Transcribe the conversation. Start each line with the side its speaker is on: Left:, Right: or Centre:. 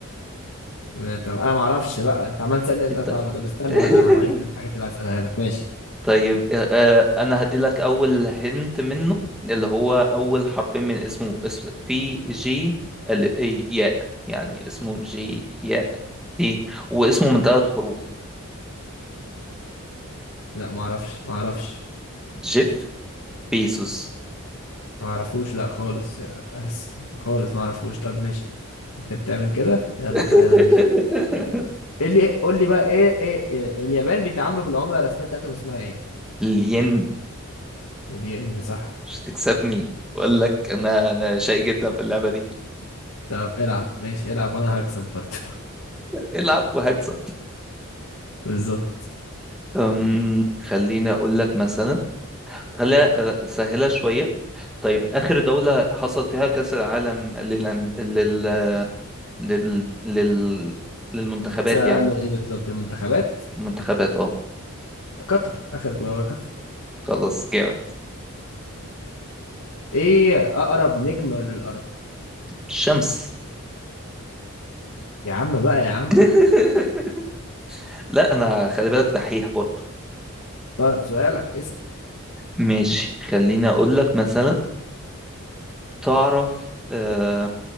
Left: يعني طب أنا ما أعرفش بقى أنت عمال تسألني أسئلة
Centre: إنت-
Left: صعبة طب استنى
Centre: <laughs>
Left: بقى أنا هوريك الحاجات اللي هسألها لك ماشي
Centre: طيب آه، آه، انا هدي لك اول هنت منه اللي هو اول حرفين من اسمه اسم في جي ال إي- ياء يعني اسمه جي ياء واسمه من ثلاث حروف
Left: لا ما أعرفش ما أعرفش
Centre: جيف بيسوس
Left: ما أعرفوش لا خالص بس خالص ما أعرفوش طب ماشي انت بتعمل كده يلا
Centre: <laughs>
Left: تعالى ماشي ايه اللي قول لي بقى ايه ايه إيه اليابان بيتعاملوا بالعملة الرسمية بتاعتهم اسمها ايه
Centre: الين
Left: الين صح
Centre: مش تكسبني اقول لك انا انا شقي جدا في اللعبه دي
Left: طب العب ماشي العب وانا هكسب برضه <laughs>
Centre: العب وهكسب
Left: بالظبط
Centre: أم خليني اقول لك مثلا خليها أه، سهله شويه طيب اخر دوله حصل فيها كاس العالم للأن... لل... لل... لل... للمنتخبات
Left: سألني
Centre: يعني
Left: ايه بالظبط المنتخبات
Centre: المنتخبات اه
Left: قطر اخر جولة قطر
Centre: خلاص جامد
Left: ايه اقرب نجم للارض
Centre: الشمس
Left: يا عم بقى يا عم
Centre: <laughs> لا انا خلي بالك دحيح برضو
Left: طيب سؤالك اسأل
Centre: ماشي خليني اقول لك مثلا تعرف آه،